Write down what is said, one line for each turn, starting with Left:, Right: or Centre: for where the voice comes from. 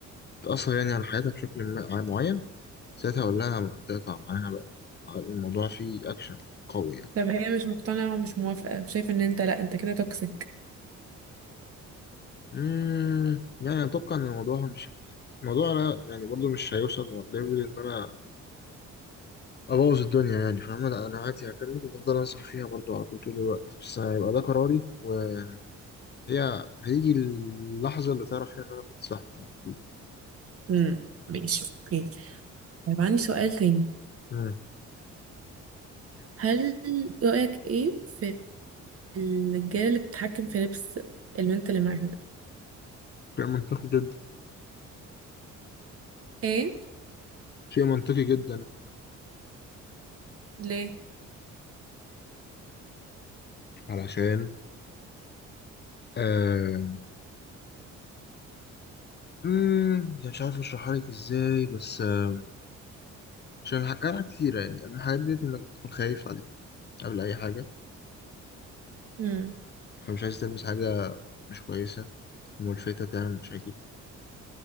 Left: تاثر يعني على حياتها بشكل ما- معين ساعتها اقول لها تقطع معاها بقى الموضوع فيه اكشن قوي يعني
Right: طب هي مش مقتنعة ومش موافقة وشايفة ان انت لا انت كده توكسيك
Left: مم، يعني اتوقع ان الموضوع مش الموضوع لا يعني برضو مش هيوصل ليفل ان انا ابوظ الدنيا يعني فاهم لا انا عادي هكمل وهفضل انصح فيها برضو على طول طول الوقت بس هيبقى ده قراري ويعني هي هيجي اللحظه اللي تعرف فيها ان انا كنت صح يعني أكيد.
Right: امم ماشي اوكي طيب عندي سؤال تاني
Left: مم،
Right: هل رأيك ايه في الرجالة اللي بتتحكم في لبس البنت اللي معاهم
Left: شيء منطقي جدا
Right: ايه
Left: شيء منطقي جدا
Right: ليه
Left: علشان آه... مم، يعني مش عارف اشرحها لك ازاي بس آه... عشان حكى لها كتير يعني الحاجات ديت انك تكون خايف عليها قبل اي حاجه
Right: امم
Left: فمش عايز تلمس حاجه مش كويسه وملفتة تعمل مشاكل